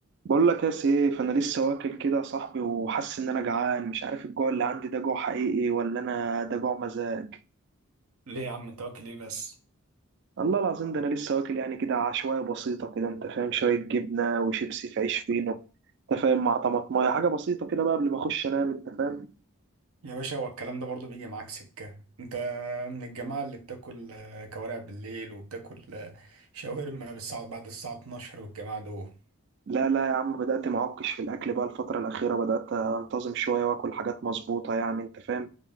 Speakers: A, on the right; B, on the right.
A: بقول لك يا سي فانا لسه واكل كده يا صاحبي وحاسس ان انا جعان مش عارف الجوع اللي عندي ده جوع حقيقي ولا انا ده جوع مزاج
B: ليه يا عم انت واكل ايه بس
A: الله العظيم ده انا لسه واكل يعني كده عشوائيه بسيطه كده انت فاهم شويه جبنه وشيبسي في عيش فينو انت فاهم مع طماطمايه حاجه بسيطه كده بقى قبل ما اخش انام انت فاهم
B: يا باشا هو الكلام ده برضه بيجي معاك سكة انت من الجماعة اللي بتاكل آه، كوارع بالليل وبتاكل آه، شاورما بالساعة بعد الساعة 12 والجماعة دول
A: لا لا يا عم بدات معكش في الاكل بقى الفتره الاخيره بدات انتظم شويه واكل حاجات مظبوطه يعني انت فاهم